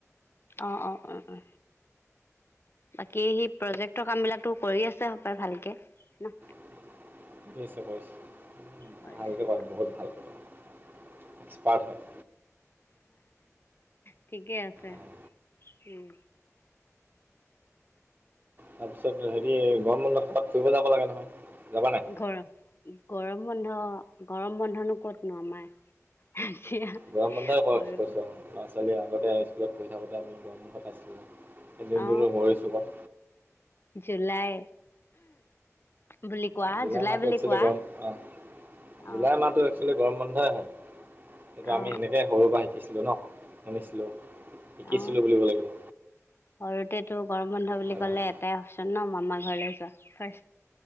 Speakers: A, on the left; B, on the right.
A: অঁ অঁ অঁ অ বাকী সি প্ৰজেক্টৰ কাম বিলাকো কৰি আছে সপায় ভালকে ন
B: <unintelligible>
A: কৰিছে
B: ভালকৈ পমবহুত ভালকৈ পাম এক্সপাৰ্ট হয়
A: ঠিকেই আছে
B: অঁ
A: উম
B: তাৰপিছত হেৰি গৰম বন্ধ কবাত ফুৰিব যাব লাগে নহয় যাবা নাই
A: গৰম গৰম বন্ধ গৰম বন্ধনো ক'তনো আমাৰ
B: গৰম বন্ধা কৰা
A: সৰু
B: কৈছোঁ ল'ৰা ছোৱালী আগতে হাই স্কুলত পঢিশ থাকোঁতে আমি গৰম বন্ধ পাইছিলোঁ এদিন
A: অ
B: বুলি মছো ক
A: জুলাই বুলি কোৱা
B: জুলাই মাহটো
A: বুলি
B: একচলি
A: কোৱা
B: গৰম অ
A: অ
B: জুলাই মাহটো একচুৱেলি গৰম ব হয় হয় সেইটো
A: অ
B: আমি সেনেকেই সৰু পৰাৰা শিকিছিলোঁ ন শুনিছিলোঁ শিকিছিলোঁ
A: অ',
B: বুলিব লাগিব
A: সৰুতেতো গৰম বন্ধ বুলি
B: হয়
A: ক'লে
B: নহয়
A: এটাই অপচন ন মামাৰ ঘৰলৈ যোৱা ফাৰ